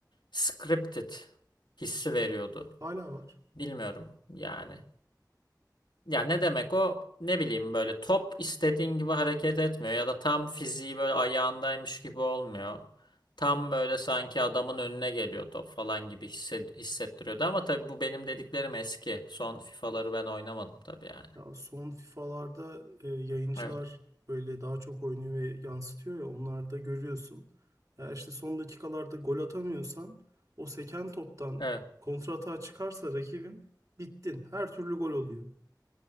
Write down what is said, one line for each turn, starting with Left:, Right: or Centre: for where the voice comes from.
Left: scripted hissi veriyordu.
Right: Hala var.
Left: Bilmiyorum yani. Ya ne demek o? Ne bileyim böyle top istediğin gibi hareket etmiyor ya da tam fiziği böyle ayağındaymış gibi olmuyor. Tam böyle sanki adamın önüne geliyor top falan gibi hissed- hissettiriyordu. Ama tabii bu benim dediklerim eski. Son FIFA'ları ben oynamadım tabii yani.
Right: Ya son FIFA'larda e, yayıncılar
Left: Evet.
Right: böyle daha çok oynuyor ve yansıtıyor ya onlarda görüyorsun. Ya işte son dakikalarda gol atamıyorsan o seken toptan
Left: Evet.
Right: kontratağa çıkarsa rakibin bittin. Her türlü gol oluyor.